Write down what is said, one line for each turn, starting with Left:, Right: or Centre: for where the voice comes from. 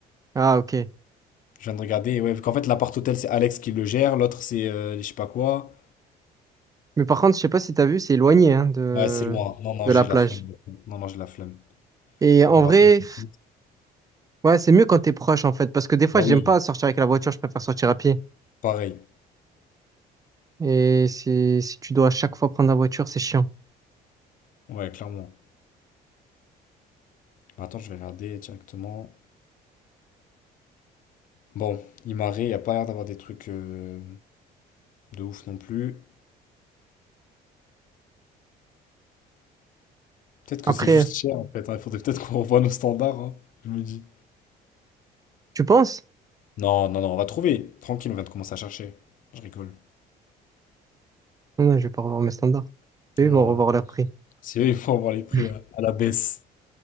Right: Ah, ok.
Left: Je viens de regarder, et ouais, vu qu'en fait, l'appart hôtel, c'est Alex qui le gère, l'autre, c'est euh, je sais pas quoi.
Right: Mais par contre, je sais pas si t'as vu, c'est éloigné hein, de...
Left: Ouais, c'est loin. Non, non,
Right: de la
Left: j'ai
Right: plage.
Left: la flemme. Non, non, j'ai la flemme.
Right: Et en
Left: On va
Right: vrai,
Left: remettre vite.
Right: ouais, c'est mieux quand t'es proche, en fait. Parce que des fois,
Left: Bah
Right: j'aime
Left: oui,
Right: pas sortir avec la voiture, je préfère sortir à pied.
Left: pareil.
Right: Et si, si tu dois à chaque fois prendre la voiture, c'est chiant.
Left: Ouais, clairement. Bah, attends, je vais regarder directement. Bon, Imare, il a pas l'air d'avoir des trucs euh, de ouf non plus. Peut-être que
Right: Après,
Left: c'est juste cher, en fait. hein. Il faudrait peut-être qu'on revoie nos standards, hein, je me dis.
Right: tu penses?
Left: Non, non, non, on va trouver. Tranquille, on vient de commencer à chercher. Je rigole.
Right: Non, non, je vais pas revoir mes standards. Eux,
Left: Non,
Right: ils vont
Left: non, non.
Right: revoir leur prix.
Left: C'est eux, ils font avoir les prix
Right: <laughs>
Left: euh, à la baisse.